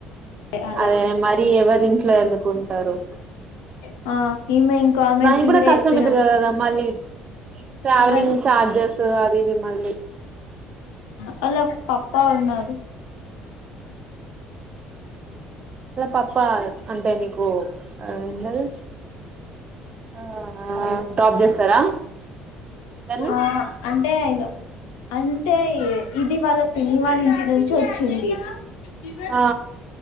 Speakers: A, on the left; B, on the right.
A: ఆడ
B: అదేనే మరి ఎవరిఇంట్లో ఎందుకు కుంటారు
A: ఆ ఈమె ఇంకో ఆమెకి
B: దానికి కూడా కష్టం
A: చెప్పినాం
B: ఇదుదు కదా మళ్ళీ ట్రావెలింగ్
A: ఎవరి
B: చార్జెస్ అది మిమ్మల్ని
A: వాళ్ళ పప్పా ఉన్నారు
B: పప్ప అంటే నీకు ఏంది అది ఆ డ్రాప్ చేస్తారా ఇద్దరిని
A: ఆ అంటే టేగ <unintelligible> అంటే ఇది వాళ్ళ పిన్ని వాళ్ళ ఇంటి నుంచి వచ్చింది ఇ ఇద <unintelligible>
B: ఆ